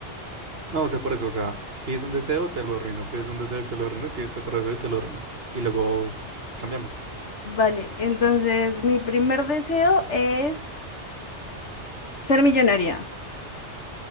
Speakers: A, on the right; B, on the left.
A: No, o sea, por eso, o sea, pides un deseo, te lo arruino, pides un deseo, te lo arruino, y pides otro deseo y te lo arruino. Y luego cambiamos.
B: Vale, entonces mi primer deseo es ser millonaria.